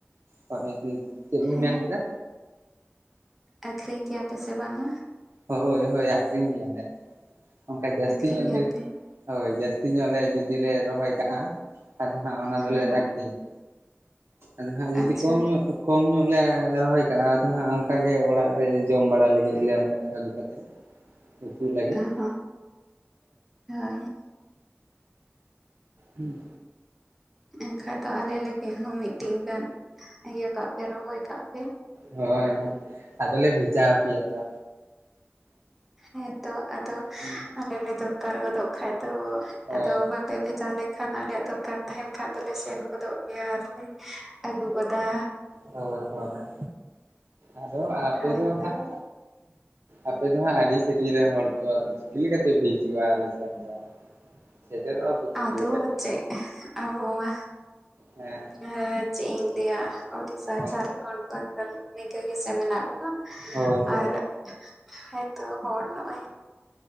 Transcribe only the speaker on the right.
ᱦᱚᱭ <inaudible> ᱪᱮᱫ ᱵᱤᱱ
ᱢᱮᱱ ᱠᱮᱫᱟ
ᱦᱳᱭ ᱦᱳᱭ ᱟᱹᱠᱷᱨᱤᱧ ᱜᱮᱭᱟᱞᱮ ᱚᱝᱠᱟ ᱡᱟᱹᱥᱛᱤ
ᱧᱚᱜ
ᱡᱚᱫᱤᱼᱼ ᱦᱳᱭ ᱡᱟᱹᱥᱛᱤ ᱧᱚᱜ ᱞᱮ ᱡᱩᱫᱤ ᱞᱮ ᱨᱚᱦᱚᱭ ᱠᱟᱜᱼᱟ ᱟᱫᱚ ᱦᱟᱸᱜ ᱚᱱᱟ ᱫᱚᱞᱮ
ᱟᱠᱷᱨᱤᱧᱟ ᱟᱫ ᱦᱟᱜ ᱡᱩᱫᱤ
ᱠᱚᱢ ᱧᱚᱜ ᱠᱚᱢ ᱧᱚᱜ ᱞᱮ ᱨᱚᱦᱚᱭ ᱠᱟᱜᱼᱟ ᱟᱫᱚ ᱦᱟᱸᱜ ᱚᱱᱠᱟ ᱜᱮ ᱚᱲᱟᱜ ᱨᱮ ᱡᱚᱢ ᱵᱟᱲᱟ ᱞᱟᱹᱜᱤᱫ ᱞᱮᱱ ᱟᱹᱜᱩ ᱠᱟᱛᱮᱫ ᱩᱛᱩ ᱞᱟᱹᱜᱤᱫ
ᱦᱮᱸ
ᱦᱳᱭ ᱦᱳᱭ ᱟᱫᱚ ᱞᱮ ᱵᱷᱮᱡᱟ ᱟᱯᱮᱭᱟ ᱛᱚ
ᱦᱮᱸ
ᱦᱳᱭ
ᱦᱳᱭ ᱦᱳᱭ ᱟᱫᱚ ᱟᱯᱮ
ᱫᱚ ᱦᱟᱸᱜ ᱟᱯᱮ ᱫᱚ ᱦᱟᱸᱜ ᱟᱹᱰᱤ ᱥᱟᱺᱜᱤᱧ ᱨᱮᱱ ᱦᱚᱲ ᱛᱚ ᱪᱤᱠᱟ, ᱠᱟᱛᱮ ᱯᱮ ᱦᱤᱡᱩᱼᱟ ᱟᱞᱮ ᱥᱮ ᱫᱚ ᱥᱮᱴᱮᱨᱚᱜᱼᱟ ᱯᱮ ᱪᱤᱠᱟᱹ
ᱞᱮᱠᱟᱛᱮ
ᱦᱮᱸ
ᱦᱳᱭ
ᱦᱳᱭ ᱦᱳᱭ